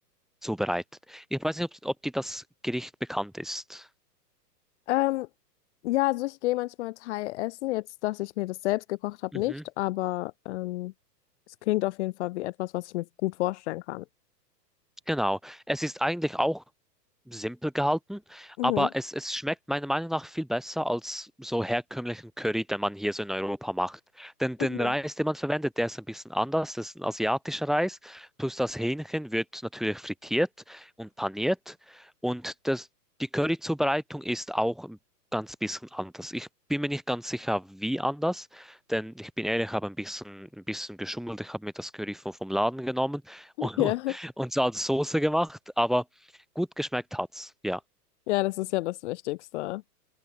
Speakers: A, in the centre; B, on the left.
A: zubereitet. Ich weiß nicht, ob, ob dir das Gericht bekannt ist.
B: Ähm, ja, also ich gehe manchmal Thai essen. Jetzt, dass ich mir das selbst gekocht habe,
A: Mhm.
B: nicht, aber ähm, es klingt auf jeden Fall wie etwas, was ich mir gut vorstellen kann.
A: Genau. Es ist eigentlich auch simpel gehalten,
B: Mhm.
A: aber es, es schmeckt meiner Meinung nach viel besser als so herkömmlichen Curry, den man hier so in Europa macht. Denn den
B: Mhm.
A: Reis, den man verwendet, der ist ein bisschen anders. Das ist ein asiatischer Reis. Plus das Hähnchen wird natürlich frittiert und paniert. Und das, die Curry-Zubereitung ist auch ein ganz bisschen anders. Ich bin mir nicht ganz sicher, wie anders, denn ich bin ehrlich, ich habe ein bisschen, ein bisschen geschummelt. Ich habe mir das Curry vom, vom Laden genommen.
B: <laughs>
A: <laughs>
B: Ja.
A: und so als Soße gemacht, aber gut geschmeckt hat's. Ja,
B: Ja, das ist ja das Wichtigste.